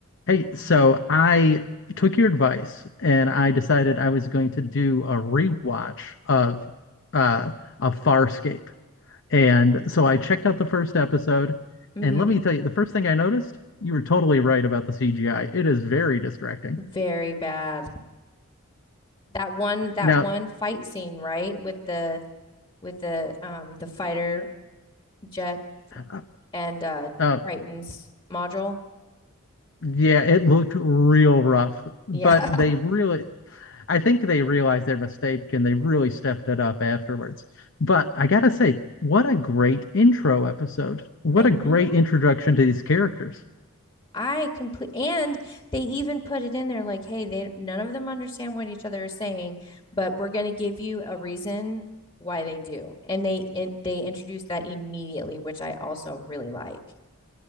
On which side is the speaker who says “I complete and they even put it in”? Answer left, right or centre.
Left